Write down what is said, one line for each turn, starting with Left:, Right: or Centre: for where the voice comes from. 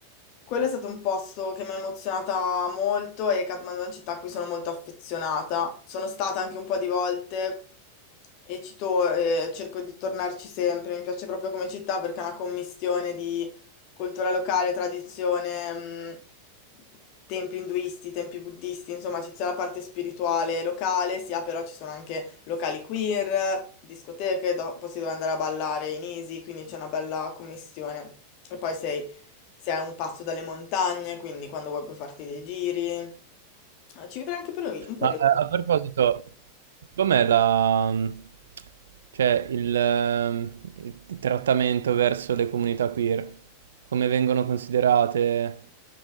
Left: Quello è stato un posto che mi ha emozionata molto e Kathmandu è una città a cui sono molto affezionata. Sono stata anche un po' di volte e ci tor- eh, cerco di tornarci sempre. Mi piace proprio come città perché è una commistione di cultura locale, tradizione, mh, templi induisti, templi buddisti, insomma, c'è sia la parte spirituale locale, sia però ci sono anche locali queer, discoteche, dopo si deve andare a ballare in Easy, quindi c'è una bella commissione. E poi sei, sei a un passo dalle montagne, quindi quando vuoi puoi farti dei giri. Eh, Ci vivrei anche per un un periodo.
Right: Ma eh, a proposito, com'è la... mm, cioè il, ehm, il trattamento verso le comunità queer? Come vengono considerate?